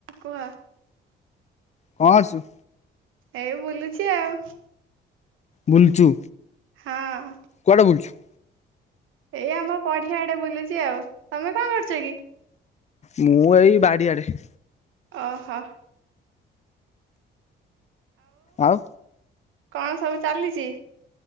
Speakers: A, on the right; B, on the left.
A: କୁହ।
B: କଣ କରୁଚୁ?
A: ଏଇ ବୁଲୁଛି ଆଉ।
B: ବୁଲୁଚୁ।
A: ହଁ।
B: କୁଆଡ଼େ ବୁଲୁଛୁ?
A: ଏଇ ଆମ ପଡ଼ିଆ ଆଡ଼େ ବୁଲୁଚି ଆଉ ତମେ କଣ କରୁଚକି?
B: ମୁଁ ଏଇ ବାଡ଼ିଆଡ଼େ।
A: ଓହୋ।
B: ଆଉ।
A: କଣ ସବୁ ଚାଲିଚି?